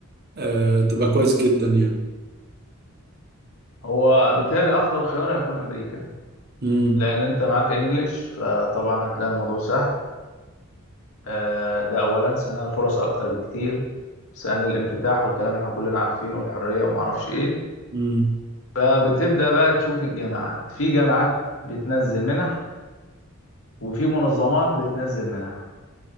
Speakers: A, on the right; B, on the left.
A: آه تبقى كويس جدا يعني
B: هو بالتالي افضل خيار هيكون امريكا
A: امم
B: لان انت معاك انجليش فطبعا هتلاقي الموضوع سهل آه، ده اولا ثانيا الفرص اكتر بكتير ثانيا الانفتاح والكلام اللي احنا كلنا عارفينه والحرية ومعرفش ايه
A: امم
B: فبتبدأ بقى تشوف الجامعات في جامعات بتنزل منح وفي منظمات بتنزل منح